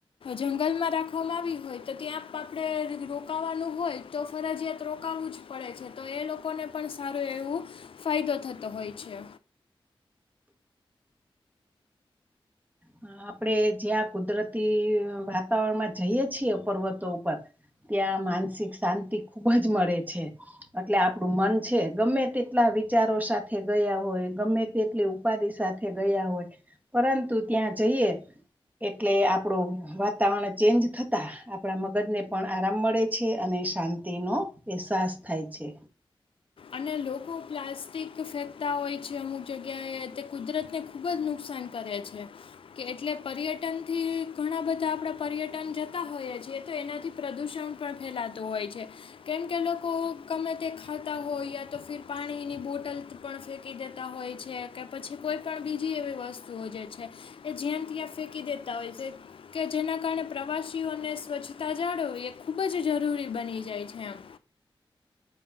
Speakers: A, on the left; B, on the right.
A: જંગલમાં રાખવામાં આવી હોય તો ત્યાં આપણે રોકાવાનું હોય તો ફરજીિયાત રોકાવું જ પડે છે તો એ લોકોને પણ સારું એવું ફાયદો થતો હોય છે.
B: હન, આપડે જ્યાં કુદરતી વાતાવરણમાં જઈએ છીએ, પર્વતો ઉપર ત્યાં માનસિક શાંતિ ખુબ જ મળે છે. એટલે આપડુ મન છે ગમે તેટલા વિચારો સાથે ગયા હોય, ગમે તેટલી ઉપાધિ સાથે ગયા હોય, પરંતુ ત્યાં જઈએ એટલે આપડુ વાતાવરણ ચેન્જ થતાં આપડા મગજને પણ આરામ મળે છે અને શાંત તેનો અહેસાસ થાય છે.
A: અને લોકો પ્લાસ્ટિક ફેંકતા હોય છે અમુક જગ્યાએ તે કુદરતને. ખૂબ જ નુકસાન કરે છે કે એટલે પર્યટ પર્યટનથી ઘણા બધા આપણા પર્યટન જતા હોઈએ છીએ તો એનાથી પ્રદૂષણ પણ ફેલાતું હોય છે કેમ કે લોકો ગમે તે ખાતા હોય તો ફીર પાણી ની બોટલ પણ ફેંકી દેતા હોય છે કે પછી કોઈ પણ બીજી એવી વસ્તુ જે છે એ જ્યામ ત્યાં ફેંકી દેતા હોય છે. કે જેના કારણે પ્રવાસીઓને સ્વચ્છતા જાળવવી એ ખૂબ જ જરૂરી બની જાય છે એમ.